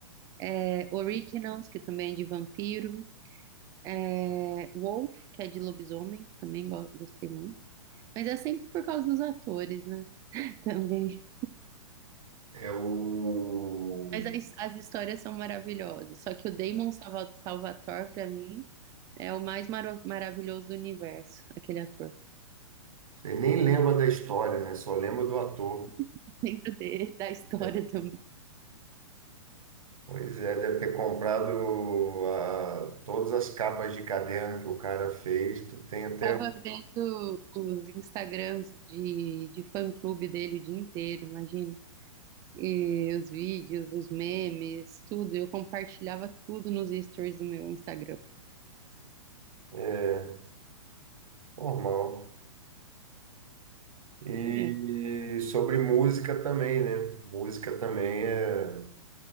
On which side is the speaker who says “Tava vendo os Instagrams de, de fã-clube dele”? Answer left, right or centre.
Right